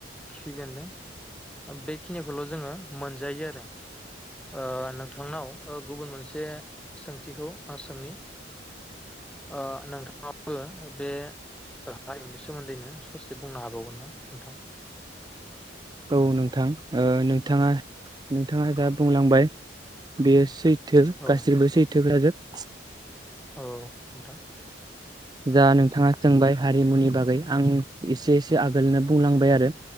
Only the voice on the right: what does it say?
औ नोंथां ओ नोंथाङा नोंथाङा जा बुंलांबाय बेयो सैथ थो
गासिबो सैथोफोराजोब <inaudible>
जा नोंथाङा सोंबाय हारिमुनि बागै आं एसे एसे आगोलनो बुंलांबाय आरो